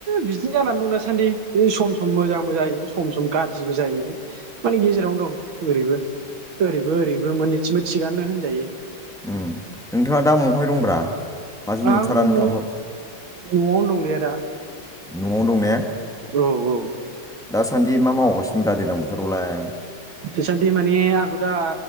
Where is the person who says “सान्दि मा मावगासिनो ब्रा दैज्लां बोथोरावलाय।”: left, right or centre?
Centre